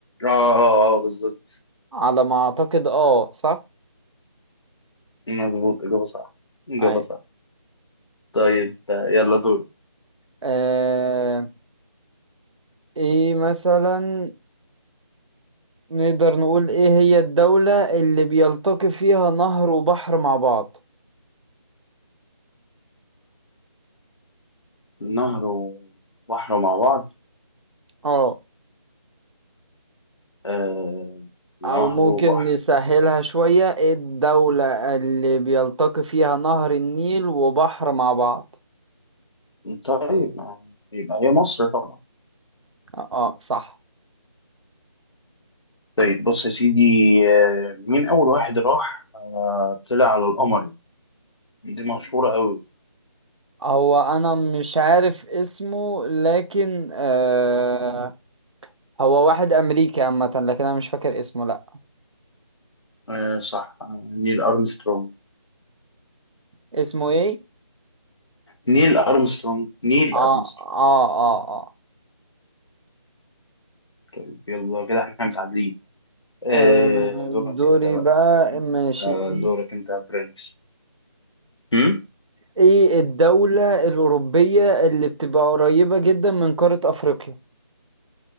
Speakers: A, on the left (about 65°); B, on the right (about 80°).
A: آه آه آه آه، بالظبط
B: على ما اعتقد اه صح
A: مظبوط إجابة صح إجابة
B: ايوه
A: صح طيب آه، يلا دورك
B: آه ايه مثلا نقدر نقول ايه هي الدولة اللي بيلتقي فيها نهر وبحر مع بعض
A: نهر وبحر مع بعض
B: اه
A: آه، نهر
B: او ممكن
A: وبحر
B: نسهلها شوية ايه الدولة اللي بيلتقي فيها نهر النيل وبحر مع بعض
A: طيب ما- يبقى هي مصر طبعا
B: اه آه، صح
A: طيب بص يا سيدي آه، مين أول واحد راح آه، طلع على القمر يعني دي مشهورة أوي
B: هو انا مش عارف اسمه لكن آه هو واحد امريكي عامة لكن انا مش فاكر اسمه لا
A: آه صح آه نيل أرمسترونج
B: اسمه ايه
A: نيل أرمسترونج نيل
B: اه
A: أرمسترونج
B: اه اه اه
A: طيب يلا كده احنا متعادلين آه
B: آه،
A: دورك
B: دوري
A: انت بقى
B: بقى ماشي
A: آه
B: ايه
A: دورك انت يا برنس هم؟
B: إيه الدولة الأوروبية اللي بتبقى قريبة جدا من قارة أفريقيا؟